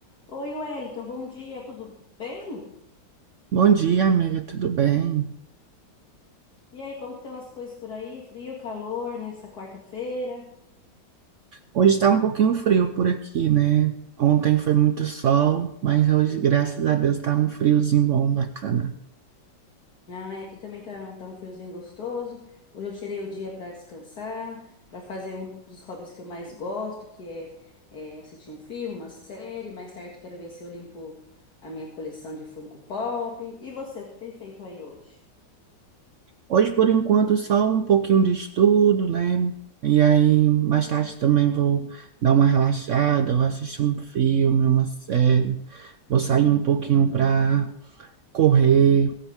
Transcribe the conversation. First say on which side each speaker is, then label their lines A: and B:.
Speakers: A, on the left; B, on the right.
A: Oi, Wellington, bom dia, tudo bem?
B: Bom dia, amiga, tudo bem?
A: E aí, como que estão as coisas por aí? Frio, calor nessa quarta-feira?
B: Hoje está um pouquinho frio por aqui, né? Ontem foi muito sol, mas hoje, graças a Deus, está um friozinho bom, bacana.
A: Ah, é, aqui também tá, tá um friozinho gostoso. Hoje eu tirei o dia para descansar, para fazer um dos hobbies que eu mais gosto, que é, é assistir um filme, uma série. Mais tarde quero ver se eu limpo a minha coleção de Funko Pop. E você, o que tem feito aí hoje?
B: Hoje, por enquanto, só um pouquinho de estudo, né? E aí, mais tarde também vou dar uma relaxada, vou assistir um filme, uma série, vou sair um pouquinho para correr,